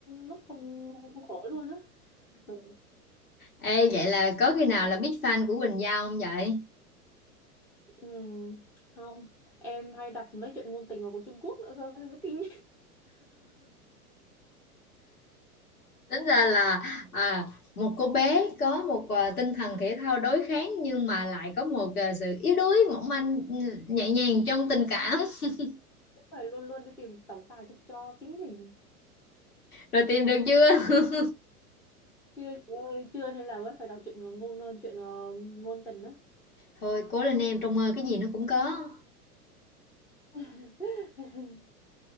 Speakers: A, in the centre; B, on the left.
A: lốt không không khỏi luôn á ừ.
B: ê vậy là có khi nào là big fan của Quỳnh Giao không vậy?
A: Ừm, không em hay đọc mấy chuyện ngôn tình mà của Trung Quốc nữa cơ mới kinh
B: tính ra là à, một cô bé có một à, tinh thần thể thao đối kháng nhưng mà lại có một à, sự yếu đuối mỏng manh ừ, nhẹ nhàng trong tình cảm <laughs>
A: phải luôn luôn đi tìm tổng tài cho, cho chính mình
B: rồi tìm được chưa <laughs>
A: chưa chị ơi chưa nên là mới phải đọc chuyện ngôn chuyện ờ, ngôn tình đó
B: thôi cố lên em trong mơ cái gì nó cũng có
A: <laughs>